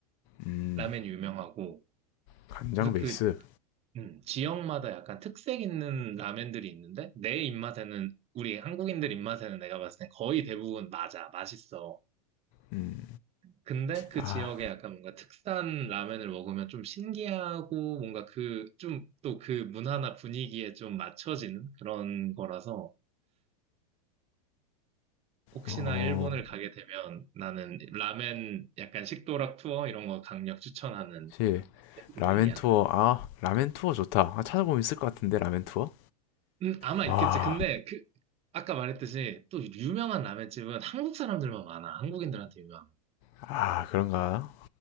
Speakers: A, on the left (about 50°); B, on the right (about 30°).
A: 음,
B: 라멘 이 유명하고
A: 간장
B: 그래서
A: 베이스.
B: 그 음, 지역마다 약간 특색 있는 라면들이 있는데, 내 입맛에는, 우리 한국인들 입맛에는 내가 봤을 땐 거의 대부분 맞아, 맛있어.
A: 음,
B: 근데 그
A: 아,
B: 지역에 약간 뭔가 특산 라면을 먹으면 좀 신기하고, 뭔가 그, 좀 또 그 문화나 분위기에 좀 맞춰지는 그런 거라서, 혹시나
A: 어,
B: 일본을 가게 되면 나는 라멘 약간 식도락 투어 이런 거 강력 추천하는
A: 그렇지.
B: 부분이야.
A: 라멘 투어. 아, 라멘 투어 좋다. 아, 찾아보면 있을 것 같은데 라멘 투어.
B: 음, 아마
A: 와,
B: 있겠지. 근데 그 아까 말했듯이 또 유명한 라멘집은 한국 사람들만 많아. 한국인들한테 유명한.
A: 아, 그런가?